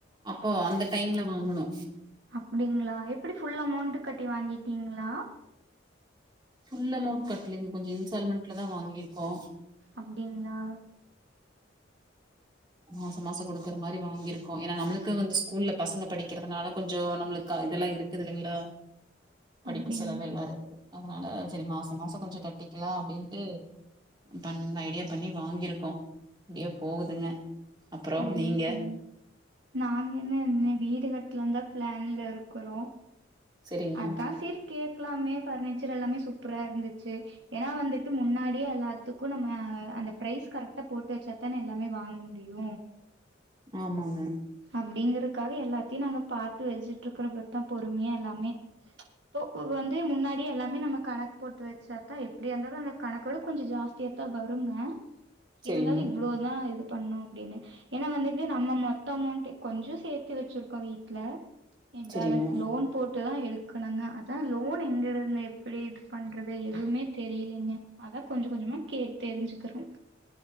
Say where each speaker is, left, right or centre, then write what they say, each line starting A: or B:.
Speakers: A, on the right (about 25°); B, on the right (about 65°).
A: அப்போ அந்த டைம்ல வாங்குனோ
B: அப்டீங்களா எப்டி புல் அமௌண்ட் கட்டி வாங்கிட்டீங்களா?
A: ஃபுல் அமௌண்ட் கட்லீங்க கொஞ்சோ இன்ஸ்டால்மெண்ட்ல தா வாங்கிர்க்கோ
B: அப்டீங்ளா
A: மாச மாச கொடுக்குற மாரி வாங்கிருக்கோ. ஏன்னா நம்ளுக்கு வந்து ஸ்கூல்ல பசங்க படிக்கிறதுனால கொஞ்சோ நம்ளுக் இதெல்லா இருக்கு. இருக்குதுல்லைங்ளா படிப்பு
B: அப்டிங்களா
A: செலவு எல்லா இருக்குது அதனால செரி மாச மாசோ கொஞ்சோ கட்டிக்கிலா அப்டின்ட்டு பண் ஐடியா பண்ணி வாங்கியிருக்கோ அப்படியே போகுதுங்க அப்புறோ
B: செரிங்க
A: நீங்க
B: செரி நாங்க என்ன இன்னு வீடு கட்லன் தா பிளான்ல இருக்குறோ
A: சரிங்க
B: அத்தா செர் கேக்லாமே பர்னி ச்சர் எல்லாமே சூப்பரா இருந்துச்சு ஏன்னா வந்துட்டு முன்னாடியே எல்லாத்துக்கு நம்ம அந்த பிரைஸ் கரெக்டா போட்டு வச்சா தான் எல்லாமே வாங்க முடியு
A: ஆமாங்க
B: அப்டிங்கிற காக எல்லாத்தியு நாங்க பாத்து வெச்சுட்ருக்க ப்ப தா பொறுமையா எல்லாமே ம்ச் இப்போ வந்து முன்னாடியே எல்லாமே நம்ம கணக் போட்டு வச்சத்தா எப்படிய இருந்தாலு அந்த கணக்கோட கொஞ்சோ ஜாஸ்தியாத்தா வருங்க
A: சரிங்க
B: இருந்தாலு இவ்ளோதா இது பண்ணு அப்டினு ஏன்ன வந்துட்டு நம்ம மொத்த அமௌண்ட் கொஞ்சோ சேர்த்து வச்சிருக்கோ வீட்ல ஏ
A: சரிங்க
B: பேலன்ஸ் லோன் போட் ட்டு தா எடுக்னுங்க அதா லோன் எங்க இருந் எப்படி இது பண்றது எதுவுமே தெரிலேங்க அதா கொஞ்ச கொஞ்சமா கே தெரிஞ்சுக்கிறோ